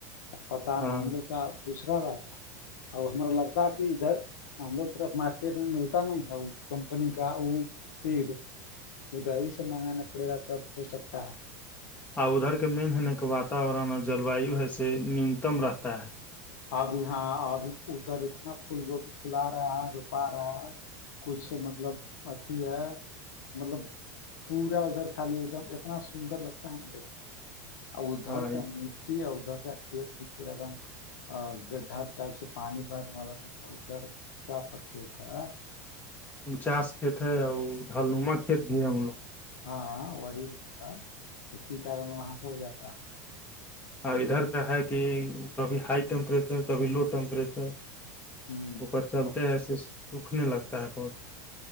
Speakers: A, on the left; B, on the left.
A: اب پت
B: ہاں
A: نے کا دوسرا رہتا ہے ا ہمرا لگتا ہے کہ ادھر <unintelligible> <unintelligible> ہم لوگ طرف مارکیٹ میں ملتا نہیں ہے وہ کمپنی کا وہ سیڈ ادھاری سے منگانا پڑے گا تب ہو سکتا ہے
B: اور ادھر کا مین ہے ن کہ واتورن اور جلوایو ہےسے نیونتم رہتا ہے
A: ابھی ہاں ابھی ادھر اتنا پھول گوبھی پھلا رہا ہے روپا رہا ہے کچھ مطلب پتی ہے مطلب پورا ادھر خالی ایک دم اتنا سندر لگتا ہے نا دیکھنے میں اور ادھر
B: ہاں
A: کا مٹی اور ادھر کا کھیت بھی پورا ایک دم گڈھا ٹائپ سے پانی بھرنے والا نہیں ہے ادھر اونچا پر کھیت ہے
B: چاس کت ہے اورما
A: ہوں
B: کت بھی ہے ہم لوگ <unintelligible>
A: ہاں وہی بہ اسی کارم وہاں ہو جاتا
B: اور ادھر کا ہے کہ کبھی ہائی ٹیمپریچر کبھی لو ٹیمپریچر
A: ہے ہوں
B: اک چلتے
A: اب
B: ہیںسے سکھنے لگتا ہے بت